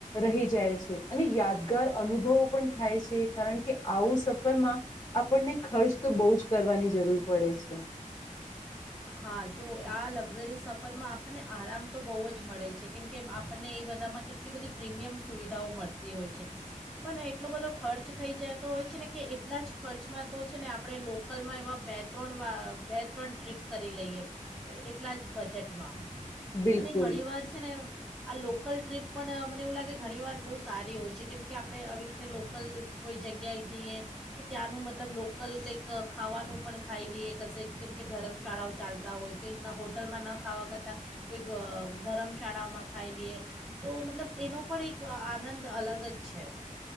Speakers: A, on the left; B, in the centre.
A: રહી જાય છે. અને યાદગાર અનુભવો પણ થાય છે. કારણ કે આવું સફરમાં આપણને ખર્ચ તો બોઉ જ કરવાની જરૂર પડે છે.
B: હા જો આ લક્ઝરી સફરમાં આપણને આરામ તો બોઓ જ મળે છે. કેમ કેમ આપણને એ બધામાં કેટલી બધી પ્રીમિયમ સુવિધાઓ મળતી હોય છે. પણ એટલો બધો ખર્ચ થઈ જતો હોય છે ને કે એટલા જ ખર્ચમાં તો છે ને આપણે લોકો અક્કલમાં એવા બે ત્રણ વા બે ત્રણ ટ્રીપ કરી લઈએ એટલા જ બજેટમાં.
A: બિલકુલ
B: અને ઘણી વાર છે ને આ લોકલ ટ્રીપ પણ મને એવું લાગે ઘણીવાર બોઉ સારી હોય છે. કેમકે આપણે આવી રીતે લોકલ કોઈ જગ્યાએ જઈએ. કે ત્યાંનું મતલબ લોકલ કંઈક ખાવાનું પણ ખાઈ લઈએ કશે કેમ કે ધરમ શાળાઓ ચાલતા હોય કંઈ ના હોટલમાં ન ખાવા કરતાં કોઈક ધર્મશાળામાં ખાઈ લઈએ. તો મતલબ એનો પણ એક આનંદ અલગ જ છે.